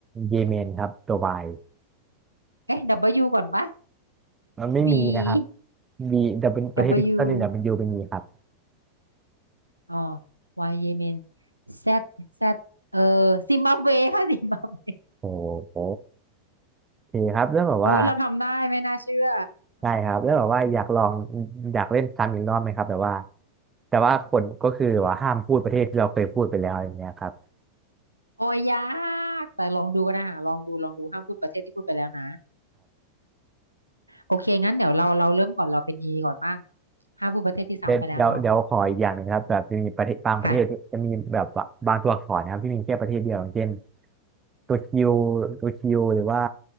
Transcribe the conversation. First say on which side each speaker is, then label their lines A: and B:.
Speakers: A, on the right; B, on the right.
A: เยเมนครับตัววาย
B: เอ๊ะ W ก่อนปะ
A: มันไม่มีนะครับ
B: V
A: บีดับเป็นประเทศที่ขึ้นต้นด้วยดับเป็นยูเป็นมีครับ
B: W อ๋อวายเยเมนแซดแซดเออซิมบับเวค่ะซิมบับเว
A: โอ้โหโอเคครับแล้วแบบว่า
B: โอ้ยเราทำได้ไม่น่าเชื่อ
A: ได้ครับแล้วแบบว่าอยากลองอยากเล่นซ้ำอีกรอบไหมครับแบบว่าแต่ว่าคนก็คือว่าห้ามพูดประเทศที่เราเคยพูดไปแล้วอย่างเงี้ยครับ
B: โอ้ยยากแต่ลองดูก็ได้หาลองดูลองดูห้ามพูดประเทศที่พูดไปแล้วนะโอเคงั้นเดี๋ยวเราเราเริ่มก่อนเราเป็นอก่อนบ้างห้ามพูดประเทศที่ซ้ำไปแล้วเนาะ
A: เดี๋ยวเดี๋ยวเดี๋ยวขออีกอย่างหนึ่งนะครับแบบจะมีประเทศบางประเทศที่จะมีแบบว่าบางตัวอักษรนะครับที่มีแค่ประเทศเดียวอย่างเช่น
B: ค่ะ
A: ตัวคิวตัวคิวหรือว่า